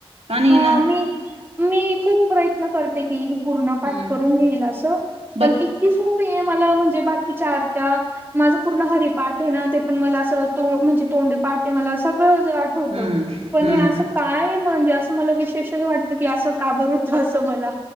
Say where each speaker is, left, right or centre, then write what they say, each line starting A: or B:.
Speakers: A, on the right; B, on the right.
A: का नाही
B: हा
A: येणार?
B: मी मी खूप प्रयत्न करते की. पूर्ण पाठ
A: हम्म
B: करून घेईल असं
A: बघ
B: पण इतकी सोप्पी म्हणजे बाकीच्या आरत्या, माझं पूर्ण हरिपाठ हे ना. ते पण मला असं तो म्हणजे तो तोंडी पाठ ये मला, सगळं असं आठवत
A: हम्म
B: पण
A: हम्म
B: हे अस काय म्हणजे असं मला विशेष वाटतं की असं का बर. होत असं मला?